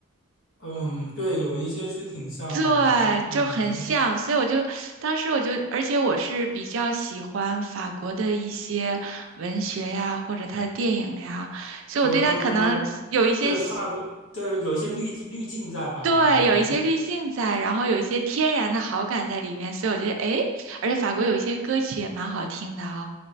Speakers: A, on the left (about 65°); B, on the right (about 65°).
A: 嗯，对，有一些是挺像的，
B: 对，
A: 嗯嗯、
B: 就很像，
A: 呃
B: 所以我就当时我就，而且我是比较喜欢法国的一些文学呀，或者他的电影呀，所以我对他可能有一些喜
A: 对，呃，<laughs> 对，法国，对，有一些滤滤镜在吧？
B: 对，
A: 嗯、
B: 有一些滤镜在，然后有一些天然的好感在里面，所以我觉得，诶，而且法国有一些歌曲也蛮好听的啊、